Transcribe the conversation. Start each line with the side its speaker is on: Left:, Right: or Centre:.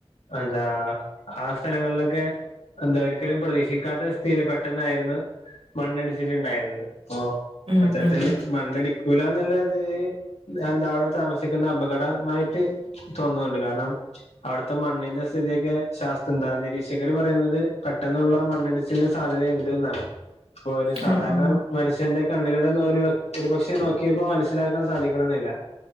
Left: എന്താ ആ സ്ഥലങ്ങളിലൊക്കെ എന്തെ ഒരിക്കലും പ്രതീക്ഷിക്കാത്ത സ്ഥീയില് പെട്ടെന്നായിരുന്നു മണ്ണിടിച്ചില് ണ്ടായിരുന്നത് ഓ.
Right: ഉം
Left: അത്തരത്തില്ല്.
Right: ഉം
Left: മണ്ണ്ടി കുലന്നുള്ളത് ല് എന്ത അവടെ താമസിക്കുന്ന അപകടമായിട്ട് തോന്നുണ്ട് കാരണം അവടുത്തെ മണ്ണിന്റെ സ്ഥിതിയൊക്കെ ശാസ്ത്രംന്തയിരീശ്യ ര്. പറയുന്നത് കെട്ടെന്നുള്ള മണ്ണിടിച്ചിൽന് സാധ്യതയിണ്ട്ന്നാണ് പ്പൊ ഒരു സാധാരണ
Right: ആഹ് ആഹ്
Left: മനുഷ്യന്റെ കണ്ണിലൂടെ നോരു ഒരുപക്ഷെ നോക്കിയപ്പോ മനസ്സിലാകാൻ സാധിക്കണംന്നില്ല